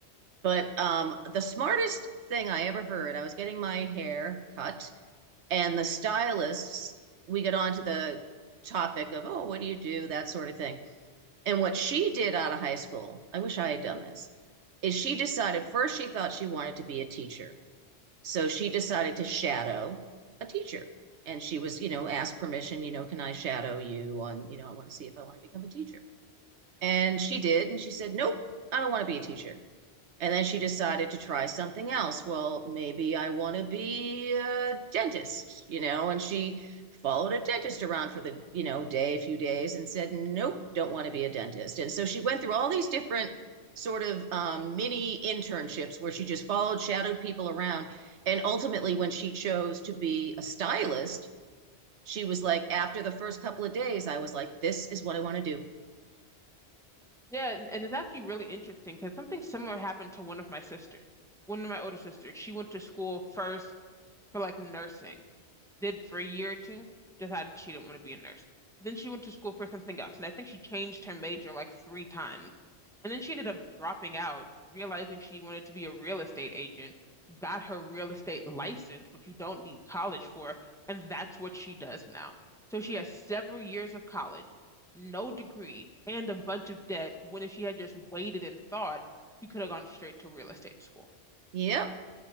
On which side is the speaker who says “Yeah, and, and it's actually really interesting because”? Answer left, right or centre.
Centre